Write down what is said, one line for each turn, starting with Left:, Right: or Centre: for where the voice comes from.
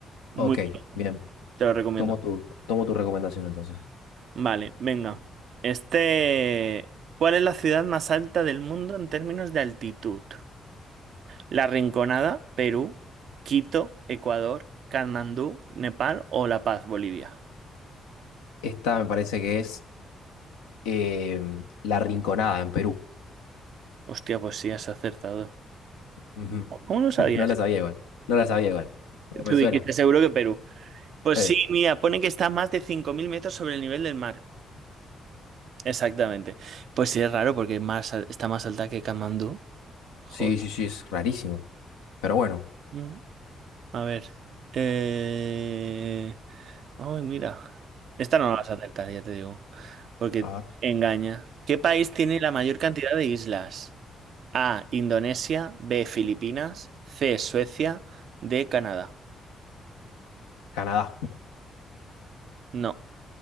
Right: Muy,
Left: Ok, bien.
Right: te lo recomiendo.
Left: Tomo tu, tomo tu recomendación entonces.
Right: Vale, venga. Este, ¿cuál es la ciudad más alta del mundo en términos de altitud? La Rinconada, Perú, Quito, Ecuador, Katmandú, Nepal o La Paz, Bolivia.
Left: Esta me parece que es em, La Rinconada en Perú.
Right: Hostia, pues sí, has acertado.
Left: Ujú.
Right: ¿Cómo no sabías?
Left: <laughs> No la sabía igual. No la sabía igual. Pero me
Right: Tú
Left: suena.
Right: dijiste seguro que Perú. Pues
Left: Eh,
Right: sí, mira, pone que está a más de 5.000 metros sobre el nivel del mar. Exactamente. Pues sí, es raro porque más, al- está más alta que Katmandú. Joder.
Left: Sí, sí, sí, es rarísimo. Pero bueno.
Right: Mm. A ver. Eh... Ay, mira. Esta no la vas a acertar, ya te digo. Porque
Left: A ver.
Right: engaña. ¿Qué país tiene la mayor cantidad de islas? A. Indonesia. B. Filipinas. C. Suecia. D. Canadá.
Left: Canadá.
Right: No.